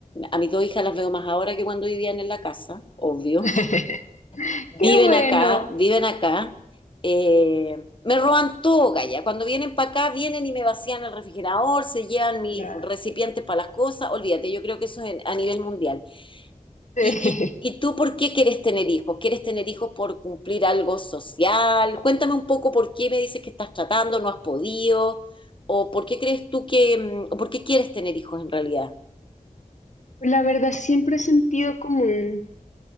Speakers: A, on the left; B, on the left.
A: a mis dos hijas las veo más ahora que cuando vivían en la casa, obvio.
B: <laughs>
A: <laughs> Viven
B: Qué bueno.
A: acá, viven acá. Eh, me roban todo, Gaya. Cuando vienen para acá, vienen y me vacían el refrigerador, se llevan mis
B: Claro.
A: recipientes
B: <laughs>
A: para las cosas. Olvídate, yo creo que eso es en- a nivel mundial.
B: Sí.
A: ¿Y, y, y tú por qué quieres tener hijos? ¿Quieres tener hijos por cumplir algo social? Cuéntame un poco por qué me dices que estás tratando, no has podido, o por qué crees tú que, mm, o por qué quieres tener hijos en realidad.
B: Pues La verdad, siempre he sentido como un,